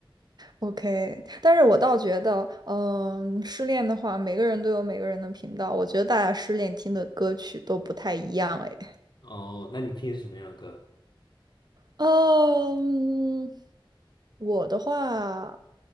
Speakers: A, on the right (about 50°); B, on the left (about 55°).
A: OK，但是我倒觉得，嗯，失恋的话，每个人都有每个人的频道。我觉得大家失恋听的歌曲都不太一样，哎，
B: 哦，那你听什么样的歌？
A: 嗯，我的话，